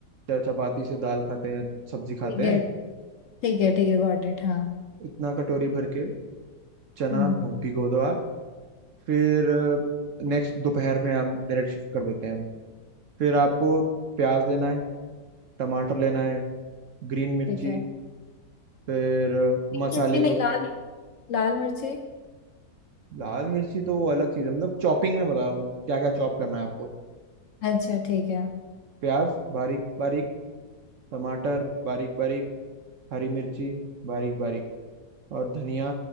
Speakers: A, on the right (about 60°); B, on the left (about 65°).
A: च- चपाती से दाल खाते हैं सब्जी खाते
B: ठीक
A: हैं
B: है ठीक है ठीक है गॉट इट हाँ
A: इतना कटोरी भर के चना
B: हम्म
A: भ- भिगो दो आप फिर नेक्स्ट दोपहर में हम डायरेक्ट शिफ्ट कर देते हैं हम फिर आपको प्याज लेना है टमाटर लेना है ग्रीन मिर्ची
B: ठीक है
A: फिर अ, मसाले
B: मिर्ची नहीं
A: जो
B: लाल लाल मिर्ची
A: लाल मिर्ची तो वो अलग चीज़ है मतलब चॉपिंग में बता रहा हूँ क्या क्या चॉप करना है आपको
B: अच्छा ठीक है
A: प्याज बारीक बारीक टमाटर बारीक बारीक हरी मिर्ची बारीक बारीक और धनिया